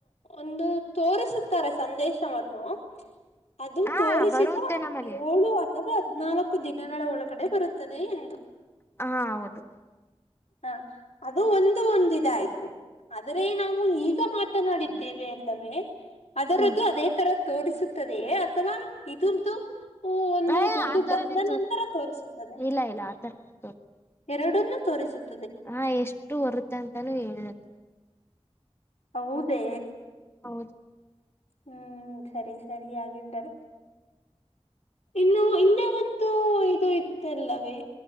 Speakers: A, on the left; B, on the left.
A: ಒಂದು ತೋರಿಸುತ್ತಾರೆ ಸಂದೇಶವನ್ನು ಅದು
B: ಹಾ
A: ತೋರಿಸಿದ
B: ಬರುತ್ತೆ ನಮಗೆ
A: ಏಳು ಅಥವಾ ಹದ್ನಾಲ್ಕು ದಿನಗಳ ಒಳಗಡೆ ಬರುತ್ತದೆ ಎಂದು
B: ಹ ಹೌದು
A: ಹ ಅದು ಒಂದು ಒಂದುಇದಾಯ್ತು ಆದರೆ ನಾವು ಈಗ ಮಾತನಾಡಿದ್ದೇವೆ ಅಲ್ಲವೇ ಅದರದ್ದು
B: ಹ್ಮ್
A: ಅದೇ ತರ ತೋರಿಸುತ್ತದೆಯೇ ಅಥವಾ ಇದುಂತು ಹ ಒಂದು
B: ಆ
A: ದುಡ್ಡು
B: ಆತರನೇ
A: ಬಂದ ನಂತರ ತೋರಿಸುತ್ತದೆ
B: ಇಲ್ಲ ಇಲ್ಲ ಆತರನೇ ತೋರ್
A: ಎರಡನ್ನ ತೋರಿಸುತ್ತೆ
B: ಹಾ ಎಷ್ಟು ಹೊರುತ್ತ ಅಂತಾನೂ ಹೇಳುತ್ತ
A: ಹೌದೇ
B: ಹೌದು
A: ಹ್ಮ್ ಸರಿ ಸರಿ ಹಾಗಿದ್ದರೆ ಇನ್ನು ಇನ್ನ ಒಂದು ಇದು ಇತ್ತಲ್ಲವೇ